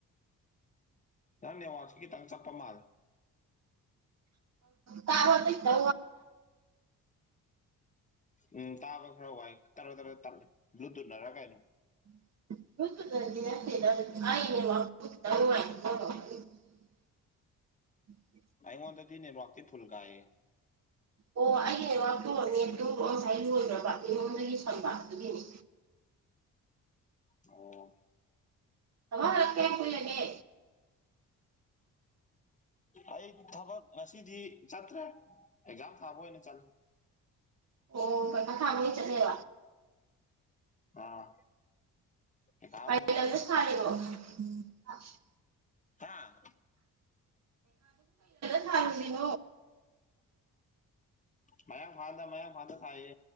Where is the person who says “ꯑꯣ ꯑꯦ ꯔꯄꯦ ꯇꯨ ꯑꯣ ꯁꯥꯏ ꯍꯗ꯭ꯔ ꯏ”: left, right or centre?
Right